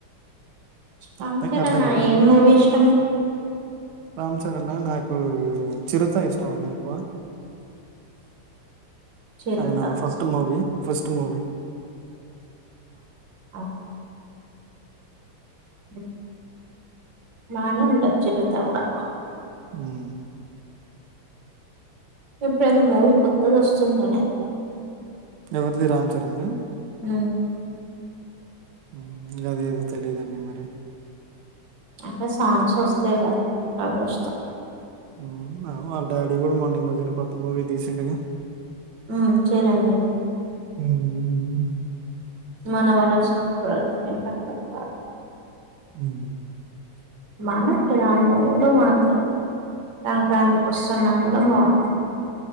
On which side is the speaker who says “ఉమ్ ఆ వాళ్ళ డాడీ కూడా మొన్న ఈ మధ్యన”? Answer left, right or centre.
Right